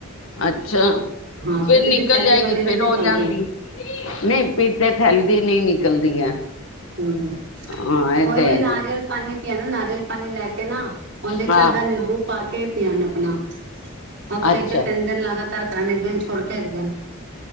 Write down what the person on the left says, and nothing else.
ਅੱਛਾ
ਫਿਰ
ਨਿਕਲ
ਜਾਏਗੀ
ਫੇਿਰ
ਹੋ ਜਾਂਦੀ। ਨਹੀਂ ਪੀਤੇ ਥੈਲਦੀ ਨਹੀਂ ਨਿਕਲਦੀ ਹੈ।
ਹਾਂ ਇਹ
ਤੇ
ਹੈ ਹੀ
ਹਾਂ
ਅੱਛਾ